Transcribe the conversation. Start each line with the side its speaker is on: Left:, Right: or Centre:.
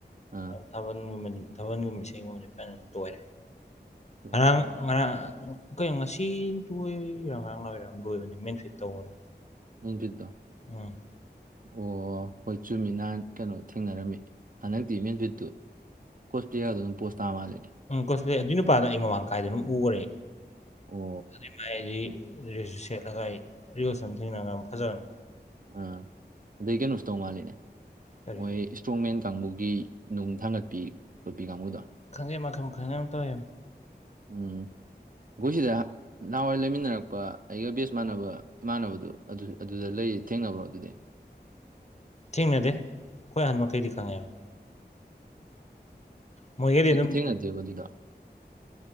Right: ꯑꯥ
Left: ꯊꯥꯕꯜꯒꯨꯝꯕꯕꯁꯤ ꯊꯥꯕꯜꯒꯨꯝꯕ ꯏꯁꯩꯒꯨꯝꯕꯁ ꯐꯖꯅ ꯇꯣꯏꯔꯦ
Right: ꯍꯣꯏ
Left: ꯉꯔꯥꯡ ꯉꯔꯥꯡ ꯑꯩꯈꯣꯏ ꯉꯁꯤ ꯂꯣꯏꯔꯥ ꯉꯔꯥꯡ ꯂꯣꯏꯔ ꯂꯣꯏꯕꯅꯦ ꯃꯦꯟ ꯐꯤꯠ ꯇꯧꯕꯅꯦ
Right: ꯌꯦꯖꯗꯣ
Left: ꯎꯝ
Right: ꯑꯣ ꯍꯣꯏ ꯆꯨꯝꯃꯤ ꯅꯍꯥꯟ ꯀꯩꯅꯣ ꯊꯦꯡꯅꯔꯝꯃꯤ ꯍꯟꯗꯛꯇꯤ ꯃꯦꯟꯐꯨꯠꯇꯨ ꯀꯣꯁ ꯄ꯭ꯂꯌꯥꯔ ꯑꯗꯨꯝꯣ ꯇꯥ ꯃꯥꯂꯅꯦ
Left: ꯎꯝ ꯀꯣꯁꯨ ꯂꯩ ꯑꯗꯨꯏ ꯅꯨꯄꯥꯗ ꯑꯩ ꯃꯃꯥꯡ ꯀꯥꯏꯗ ꯑꯗꯨꯝ ꯎꯈꯔꯦ
Right: ꯑꯣ
Left: ꯑꯗꯨꯏ ꯃꯥꯏꯗꯤ ꯔꯤꯜꯁ ꯁꯦꯠꯂꯒ ꯑꯩ ꯔꯤꯜꯁ ꯑꯃ ꯊꯦꯡꯅꯔꯒ ꯐꯖꯕꯅꯦ
Right: ꯑꯥ ꯑꯗꯩ ꯀꯩꯅꯣꯁꯨ ꯇꯧ ꯃꯥꯜꯂꯤꯅꯦ
Left: ꯀꯔꯤ
Right: ꯃꯣꯏ ꯏꯁꯇ꯭ꯔꯣꯡꯃꯦꯟ ꯀꯥꯡꯕꯨꯒꯤ ꯅꯨꯡ ꯊꯥꯡꯒꯠꯄꯤ ꯈꯣꯠꯄꯤ ꯀꯥꯡꯕꯨꯗꯣ
Left: ꯈꯪꯉꯦ ꯃꯈꯜ ꯈꯪꯉꯦ ꯑꯃ ꯇꯧꯋꯦ
Right: ꯎꯝ ꯑꯩꯈꯣꯏ ꯁꯤꯗ ꯅꯍꯥꯟꯋꯥꯏ ꯂꯩꯃꯤꯟꯅꯔꯛꯄ ꯑꯩꯒ ꯕꯦꯁ ꯃꯥꯟꯅꯕ ꯏꯃꯥꯟꯅꯕꯗꯨ ꯑꯗꯨ ꯑꯗꯨꯗ ꯂꯩ ꯊꯦꯡꯅꯕ꯭ꯔꯣ ꯑꯗꯨꯗꯤ
Left: ꯊꯦꯡꯅꯗꯦ ꯑꯩꯈꯣꯏ ꯑꯍꯟ ꯃꯈꯩꯗꯤ ꯈꯪꯉꯦꯕ ꯃꯣꯏꯒꯗꯤ ꯑꯗꯨꯝ
Right: ꯊꯦꯡꯅꯗꯦꯕ ꯑꯗꯨꯗ